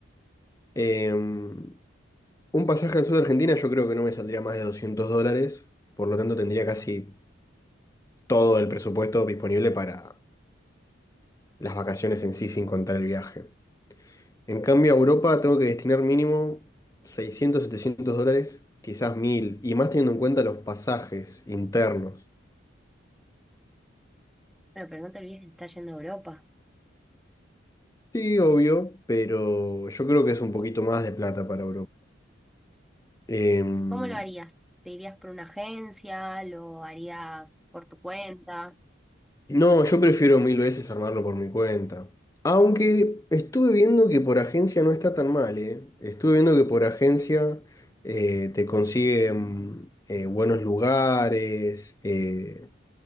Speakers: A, on the left; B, in the centre.
A: Eh, un pasaje al sur de Argentina yo creo que no me saldría más de 200 dólares, por lo tanto tendría casi todo el presupuesto disponible para las vacaciones en sí, sin contar el viaje. En cambio, a Europa tengo que destinar mínimo 600 700 dólares, quizás 1000 y más teniendo en cuenta los pasajes internos.
B: Bueno, pero no te olvides que estás yendo a Europa.
A: Sí, obvio, pero yo creo que es un poquito más de plata para Europa. Em,
B: ¿Cómo lo harías? ¿Te irías por una agencia? ¿Lo harías por tu cuenta?
A: no, yo prefiero mil veces armarlo por mi cuenta. Aunque estuve viendo que por agencia no está tan mal, ¿eh? Estuve viendo que por agencia eh, te consiguen eh, buenos lugares, eh,